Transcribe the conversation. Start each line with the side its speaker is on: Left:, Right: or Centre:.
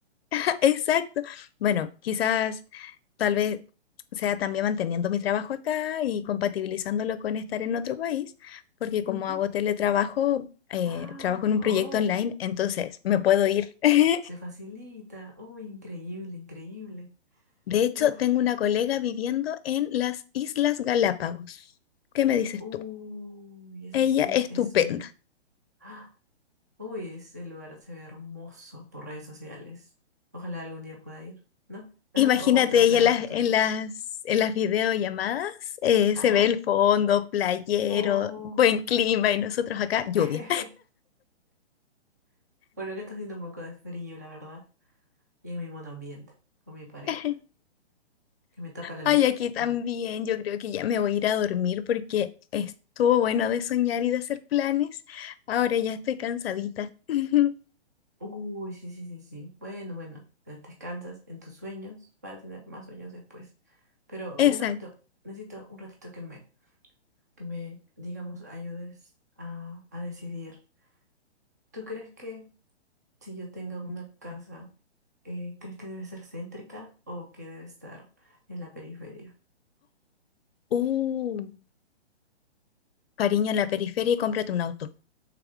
Left: <laughs> Exacto. Bueno, quizás tal vez sea también manteniendo mi trabajo acá y compatibilizándolo con estar en otro país, porque como
Right: Ujú.
Left: hago teletrabajo, eh,
Right: Ah,
Left: trabajo en un proyecto online,
Right: uy,
Left: entonces me puedo ir <laughs>
Right: se facilita. Uy, increíble, increíble.
Left: De hecho,
Right: Uf,
Left: tengo una colega viviendo en las Islas Galápagos. ¿Qué me dices
Right: uy,
Left: tú?
Right: ese
Left: Ella
Right: es, in-
Left: estupenda.
Right: es una... ¡Ah! Uy, ese lugar se ve hermoso por redes sociales. Ojalá algún día pueda ir, ¿no? <laughs>
Left: Imagínate,
Right: O otro
Left: ella
Right: plan
Left: en
Right: a
Left: las,
Right: futuro.
Left: en las, en las videollamadas eh,
Right: Ajá.
Left: se ve el fondo, playero,
Right: Oh.
Left: buen clima y nosotros acá, lluvia.
Right: <laughs> Bueno, que está haciendo un poco de frío, la verdad. Y en mi monoambiente, con mi pared.
Left: <laughs>
Right: que me tapa la
Left: Ay,
Right: luz.
Left: aquí también,
Right: Ah, Ok.
Left: yo creo que ya me voy a ir a dormir porque estuvo bueno de soñar y de hacer planes. Ahora ya estoy cansadita. <laughs>
Right: Uy, sí, sí, sí, sí. Bueno, bueno, te- descansas en tus sueños para tener más sueños después. Pero
Left: Exacto.
Right: un ratito,
Left: <gasps>
Right: necesito un ratito que me, que me, digamos, ayudes a, a decidir. ¿Tú crees que si yo tenga una casa, eh, crees que debe ser céntrica o que debe estar en la periferia?
Left: Oh, uh, cariño, en la periferia y cómprate un auto.